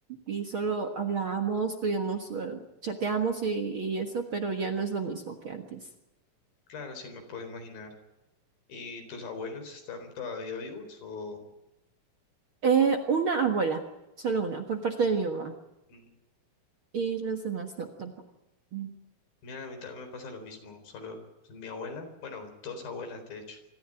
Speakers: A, on the right; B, on the left.
A: y solo hablamos, digamos, eh, chateamos y, y eso, pero ya no es lo mismo que antes.
B: Claro, sí me puedo imaginar. ¿Y tus abuelos están todavía vivos o
A: Eh, una abuela, solo una, por parte de mi mamá.
B: Mm,
A: Y los demás no, tampoco. Mm.
B: Mira, a mí también me pasa lo mismo, solo pues, mi abuela, bueno, dos abuelas de hecho,